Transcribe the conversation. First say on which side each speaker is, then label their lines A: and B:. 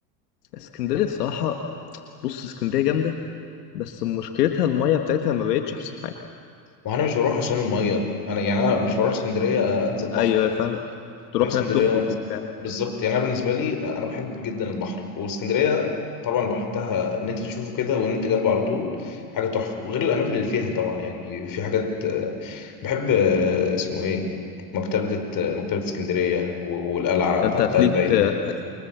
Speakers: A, on the left (about 85°); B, on the left (about 45°).
A: اسكندريه الصراحه بص اسكندريه جامده بس مشكلتها الميه بتاعتها ما بقتش احسن حاجه
B: وانا مش بروح عشان الميه انا يعني انا مش بروح اسكندريه انزل بحر
A: ايوه فاهم تروح
B: بروح اسكندريه
A: هناك تخرج وبتاع
B: بالظبط يعني انا بالنسبه لي انا بحب جدا البحر واسكندريه طبعا البحر بتاعها ان انت تشوفه كده وان انت جنبه على طول حاجه تحفه وغير الاماكن اللي فيها طبعا يعني في حاجات آه، بحب آه، اسمه ايه مكتبه آه، مكتبه اسكندريه و- والقلعه بتاعت
A: انت هتليك
B: قايتباي اللي هناك
A: هت-